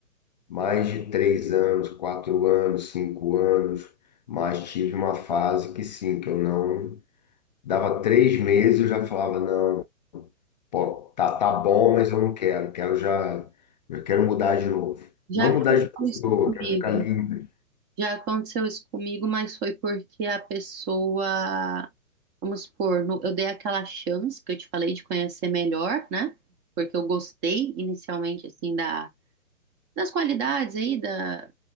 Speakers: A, on the left; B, on the right.
A: mais de três anos, quatro anos, cinco anos, mas tive uma fase que sim, que eu não dava três meses, eu já falava, não, pô, tá, tá bom, mas eu não quero, quero já, eu quero mudar de novo.
B: Já
A: Não
B: aconteceu
A: mudar de pessoa,
B: isso comigo.
A: quero ficar livre.
B: Já aconteceu isso comigo, mas foi porque a pessoa, vamos supor, no- eu dei aquela chance que eu te falei de conhecer melhor, né? Porque eu gostei inicialmente, assim, da, das qualidades aí, da